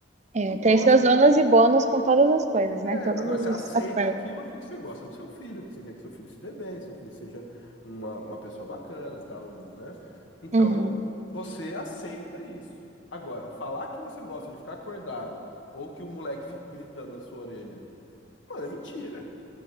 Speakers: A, on the right; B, on the left.
A: É,
B: Não gosta.
A: tem seus ônus
B: cara.
A: e bônus com todas as coisas, né?
B: É,
A: Todos
B: agora
A: os
B: você aceita
A: aspectos.
B: aquilo porque você gosta do seu filho, porque você quer que seu filho se dê bem, seu filho seja uma, uma pessoa bacana, tal, né? Então,
A: Uhum.
B: você aceita isso. Agora, falar que você gosta de ficar acordado ou que o moleque fique gritando na sua orelha, mano, é mentira.